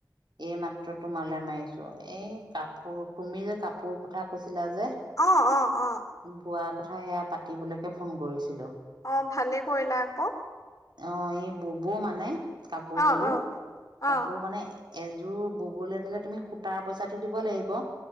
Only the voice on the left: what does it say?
অ অ অ
অ' ভালে কৰিলা আকৌ।
অ অ
অ